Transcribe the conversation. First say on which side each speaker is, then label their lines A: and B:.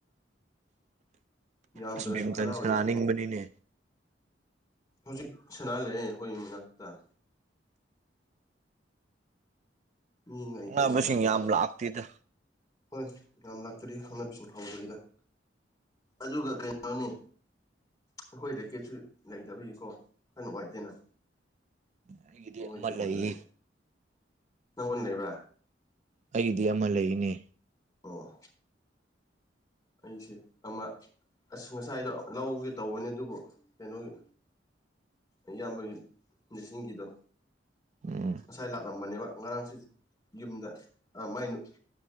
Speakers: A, on the left; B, on the right.
A: ꯌꯥꯝꯗ꯭ꯔꯁꯨ
B: ꯑꯁ ꯕꯦꯝꯇꯟ
A: ꯈꯔ ꯑꯣꯢꯔꯁꯨꯀꯣ
B: ꯁꯥꯟꯅꯅꯤꯡꯕꯅꯤꯅꯦ
A: ꯍꯧꯖꯤꯛ ꯁꯅꯥ ꯂꯩꯑꯦ ꯑꯩꯈꯣꯢ ꯌꯨꯝ ꯃꯅꯥꯛꯇ ꯃꯤ ꯂꯩꯇꯕ
B: ꯈꯪꯅꯕꯁꯤꯡ
A: ꯃꯥꯜꯂꯦ
B: ꯌꯥꯝ
A: ꯑꯣ
B: ꯂꯥꯛꯇꯦꯗ
A: ꯍꯣꯢ ꯌꯥꯝ ꯂꯥꯛꯇ꯭ꯔꯤ ꯈꯪꯅꯕꯤꯁꯤꯡ ꯍꯧꯗ꯭ꯔꯤꯗ ꯑꯗꯨꯒ ꯀꯩꯅꯣꯅꯦ ꯑꯩꯈꯣꯏ ꯔꯦꯀꯦꯠꯁꯨ ꯂꯩꯇꯕꯒꯤꯀꯣ ꯈꯔ ꯅꯨꯡꯉꯥꯏꯇꯦꯅ
B: ꯑꯩꯒꯤꯗꯤ
A: ꯃꯣꯏꯒꯤ
B: ꯑꯃ
A: ꯑꯣꯏꯕꯩ
B: ꯂꯩꯌꯦ
A: ꯅꯪꯉꯣꯟ ꯂꯩꯕ꯭ꯔꯥ
B: ꯑꯩꯒꯤꯗꯤ ꯑꯃ ꯂꯩꯌꯦꯅꯦ
A: ꯑꯣ ꯑꯩꯁꯦ ꯑꯃ ꯑꯁ ꯉꯁꯥꯏꯗꯣ ꯂꯧꯒꯦ ꯇꯧꯕꯅꯦ ꯑꯗꯨꯕꯨ ꯀꯩꯅꯣꯒꯤ ꯏꯌꯥꯝꯕꯒꯤ ꯅꯤꯁꯤꯡꯒꯤꯗꯣ
B: ꯎꯝ
A: ꯉꯁꯥꯏ ꯂꯥꯛꯂꯝꯕꯅꯦꯕ ꯉꯔꯥꯡꯁꯤ ꯌꯨꯝꯗ ꯑꯥ ꯃꯥꯏ ꯅꯨ